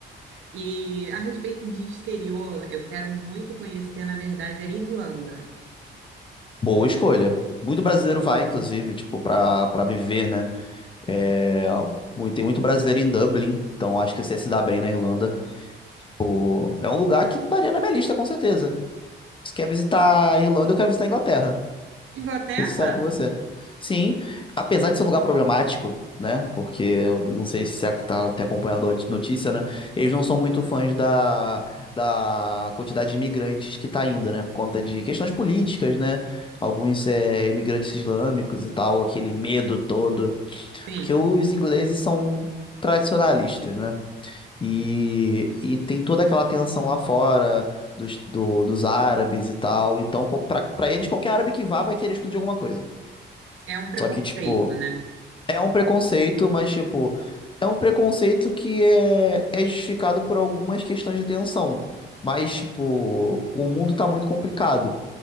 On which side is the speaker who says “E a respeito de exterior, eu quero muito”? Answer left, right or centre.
Right